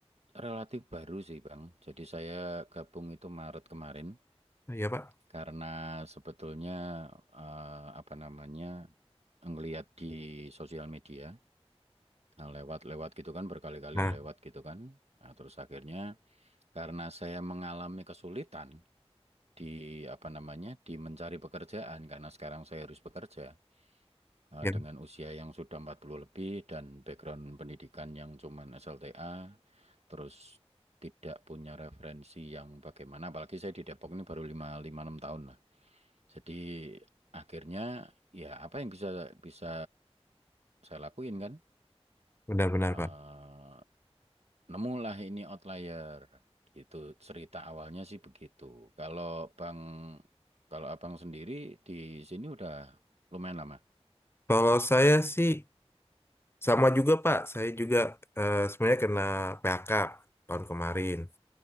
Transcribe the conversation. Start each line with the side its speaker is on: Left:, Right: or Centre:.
Right: relatif baru sih Bang. Jadi saya gabung itu Maret kemarin
Left: Iya, Pak.
Right: karena sebetulnya eh, apa namanya ngelihat di sosial media Nah, lewat-lewat gitu kan berkali-kali
Left: Nah,
Right: lewat gitu kan. Nah, terus akhirnya Karena saya mengalami kesulitan di apa namanya di mencari pekerjaan karena sekarang saya harus bekerja eh,
Left: ya,
Right: dengan usia yang sudah 40 lebih dan background pendidikan yang cuman SLTA terus tidak punya referensi yang bagaimana apalagi saya di Depok ini baru 5 lima 6 tahun lah. Jadi akhirnya ya apa yang bisa bisa saya lakuin kan?
Left: benar-benar,
Right: Eh,
Left: Pak.
Right: Nemulah ini outlier gitu cerita awalnya sih begitu. Kalau Bang kalau Abang sendiri di sini udah lumayan lama.
Left: Kalau saya sih sama juga, Pak. Saya juga eh, sebenarnya kena PHK tahun kemarin.